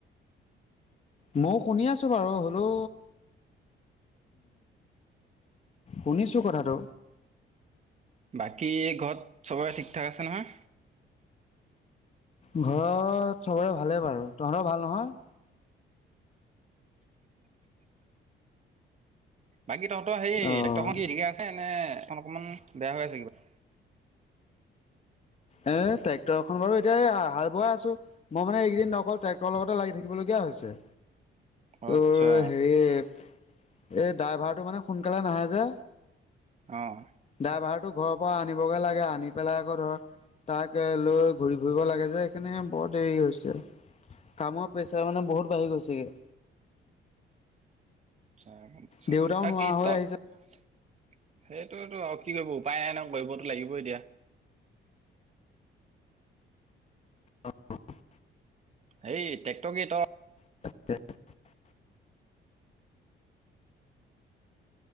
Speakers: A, on the left; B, on the right.
A: মইও শুনি আছো বাৰু হলও শুনিছোঁ কথাটো
B: বাকী ঘৰত চবৰে ঠিক ঠাক আছে নহয়
A: ঘৰত চবৰে ভালেই বাৰু তহঁতৰও ভাল নহয়
B: বাকী তহঁতৰ সেই
A: অ',
B: ট্ৰেক্টৰখন কি ঠিকেই আছে নে এখন অকণমান বেয়া হৈ আছে কিবা
A: এ ট্ৰেক্টৰ এখন বাৰু এতিয়া হাল বোৱাই আছো মই মানে এইকদিন ন অকল ট্ৰেক্টৰ লগতে লাগি থাকিবলগীয়া হৈছে তোৰ
B: আচ্ছা
A: হেৰি এই ড্ৰাইভাৰটো মানে সোনকালে নাহে যে
B: অঁ
A: ড্ৰাইভাৰ টো ঘৰৰ পৰা আনিবগে লাগে আনি পেলাই আকৌ ধৰ তাক লৈ ঘূৰি ফুৰিব লাগে যে সেইকাৰণে বৰ দেৰি হৈছে কামৰ প্ৰেছাৰ মানে বহুত বাঢ়ি গৈছেগে
B: আ গ পছো
A: দেউতাও
B: আৰু
A: নোৱাৰা
B: কি
A: হৈ
B: ত <unintelligible> <unintelligible>
A: আহিছে
B: সেইটোতো আৰু কি কৰিব উপায় নাই ন কৰিবতো লাগিবই এতিয়া
A: অ <inaudible>
B: হেই ট্ৰেক্ৰ কেইটা <unintelligible> <unintelligible>
A: তচ <inaudible>